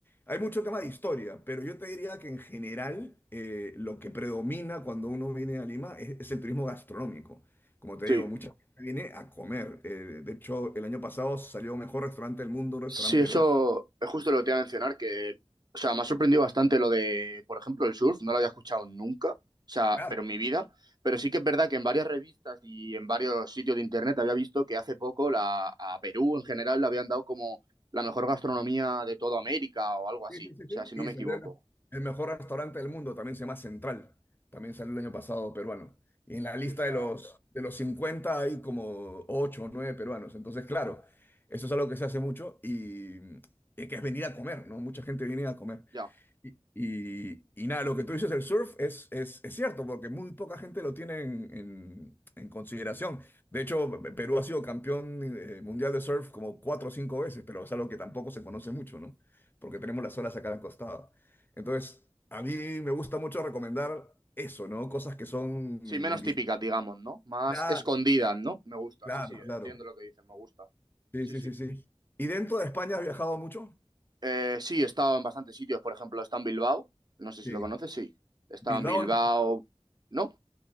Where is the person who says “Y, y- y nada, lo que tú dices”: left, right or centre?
Left